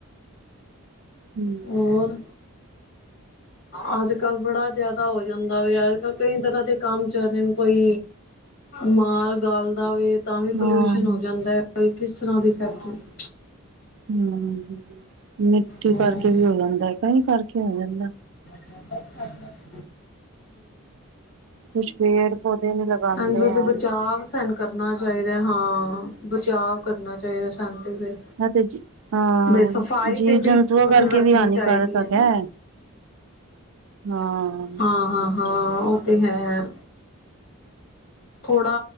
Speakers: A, on the right; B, on the left.
A: ਹਮ
B: ਹੋਰ ਅੱਜ ਕੱਲ ਬੜਾ ਜਿਆਦਾ ਹੋ ਜਾਂਦਾ ਵ ਅੱਜ ਕੱਲ ਕਈ ਤਰ੍ਹਾਂ ਦੇ ਕੰਮ ਚੱਲਦੇ ਨੇ ਕੋਈ ਮਾਲ ਗਾਲਦਾ ਵੇ ਤਾਂ ਵੀ ਪੋਲਿਊਸ਼ਨ
A: ਹਾਂ
B: ਹੋ ਜਾਂਦਾ ਹੈ ਕਿਸ ਤਰ੍ਹਾਂ ਦੀ ਫੈਕਟ
A: ਹਮ ਮਿੱਟੀ
B: ਹਮ
A: ਕਰਕੇ ਵੀ ਹੋ ਜਾਂਦਾ ਹੈ ਕਈ ਕਰਕੇ ਹੋ ਜਾਂਦਾ
B: ਏਦਾਂ ਵੀ
A: ਕੁਛ ਪੇੜ ਪੌਦੇ ਨੂੰ ਲਗਾਉਂਦੇ
B: ਐਂਡ ਉਹਦੇ
A: ਹੈ
B: ਬਚਾਵ ਸਾਨੂੰ ਕਰਨਾ ਚਾਹੀਦਾ ਹਾਂ ਬਚਾਅ ਕਰਨਾ ਚਾਹੀਦਾ ਸਾਨੂੰ ਤਾਂ ਫਿਰ।
A: ਇਹ ਤੇ ਹਾਂ
B: ਬਈ ਸਫ਼ਾਈ
A: ਜੀਵ
B: ਤੇ ਬਿਲਕੁਲ
A: ਜੰਤੂਆਂ ਕਰਕੇ
B: ਰੱਖਣੀ
A: ਵੀ ਹਾਨੀਕਾਰਕ
B: ਚਾਹੀਦੀ ਹੈ
A: ਹੈਗਾ
B: ਨਾ
A: ਹਾਂ
B: ਹਾਂ, ਹਾਂ, ਹਾਂ, ਉਹ ਤੇ ਹੈ। ਥੋੜਾ